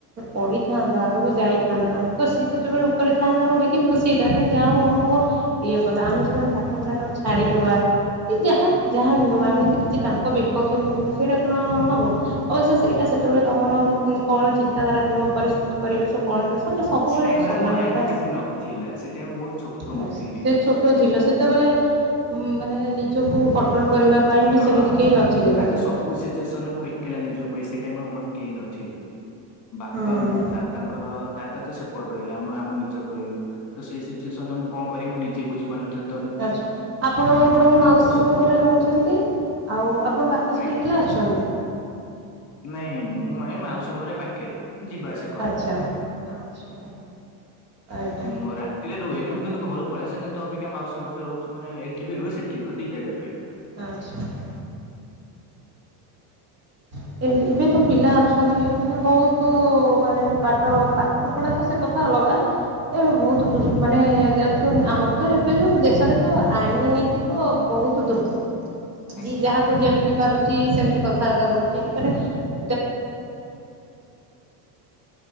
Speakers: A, on the right; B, on the left.
A: ପଢିଥାନ୍ତା ଆଗକୁ ଯାଇଥାନ୍ତା ତାଙ୍କ ସିଏ ଯେତେବେଳେ ଉପରେ ଥାଆନ୍ତା ଦେଖି ଖୁସି ହେଇଥାନ୍ ଯାହା ହଉ ପୁଅ ଇଏ କଲା ଆମେ ଯଦି ଆମେ ପାଠ ପଢା ଟାକୁ ଛାଡିଦବା କି ଯାହା ଯାହା ବି ହବ ଆମେ ଯଦି କିଛି ତାଙ୍କ ବିପକ୍ଷ ବି କରିବା ସେଇଟା କଣ ହବ ଅବଶ୍ୟ ସେ ଏଟା ସେତେବେଳେ ତମର କଣ ଚିନ୍ତାଧାରା ଥିବ ପରିସ୍ଥିତି
B: ଆଜ୍ଞା
A: ପରିବେଶ ସବୁ କଣଷଟ ସବୁବେଳେ
B: ସେ ଟାଇମ୍
A: ତ ସମାନ
B: ରେ ମୋ ମାଇଣ୍ଡ
A: ନଥାଏ
B: ରେ କିଛି ନଥିଲା ସେ ଟାଇମ୍ ବହୁତ ଛୋଟ
A: ନା
B: ମୁଁ ଥିଲି
A: ସେ ଛୋଟ ଛଟ ଥିଲ
B: ଏଁ
A: ସେତେବେଳେ ମାନେ ନିଜକୁ କଣ୍ଟ୍ରୋଲ କରିବା ପାଇଁ ବି
B: ହଁ
A: ସେମିତି କେହି ନଥିଲେ ପାଖରେ।
B: ତାପରେ ସବୁ ସିଚୁଏସନ ମୁଁ ଏକଲା ନିଜ ପାଇଁ ସେଇଟାଇ ମୋ ପାଖ କେହି ନଥିଲେ। ବାପା
A: ହୁଁ
B: ମୁଁ ଦାଦାଙ୍କର ଦାଦା ତ ସେପଟେ ରହିଲା ଆମେ ଆମ ନିଜ ଘରିଲୁ। ତ ସେଇ ସିଚୁଏସନରେ ମୁଁ କଣ କରି ମୁ ନିଜେ ବୁଛିପାରୁନି।
A: ଆଛା ଆପଣ ଆପଣଙ୍କ ମାଉସୀଙ୍କ
B: ସ ବହୁତ
A: ଘରେ
B: କଣ
A: ରହୁଛନ୍ତି। ଆଉ ଆପଣ ବାପା
B: ଆଜ୍ଞା
A: ସେଠି ଅକଲା ଅଛନ୍ତି।
B: ନାଇଁ ମୁଁ ମ ମାଉସୀଙ୍କର ପାଖରେ ଯିବାଆସିବା କରେ
A: ଆଚ୍ଛା
B: ମୁଁ ସବୁବେଳେ
A: ଆଚ୍ଛା ଆଜ୍ଞା
B: ମୁଁ ରାତି ରେ ରୁହନ ମୁଁ କିନ୍ତୁ ଘରୁ ପରେସ ଆସେ କିନ୍ତୁ ଅବିକା ମାଉସୀ ରହୁ ମାନେ ଏଠି ରହେ ସେଠି ରହେ ଦି ଜାଗାରେ ରୁହେ।
A: <inaudible> <inaudible> ତ ସେ କଥା ଅଲଗା। ଏ ବହୁତୁ ମାନେ ଆମର ତ ଏବେ ଯଉ ଦେଶରେ ତ ଆଇନ ନୀତି ତ ବହୁତୁ ଦୁର୍ବଳ।
B: ଆଜ୍ଞା।
A: ଯିଏ ଯାହାକୁ ଯେମ୍ତି ପାରୁଚି, ସେମିତି କଥାବାର୍ତ୍ତା କରୁ <inaudible> <inaudible>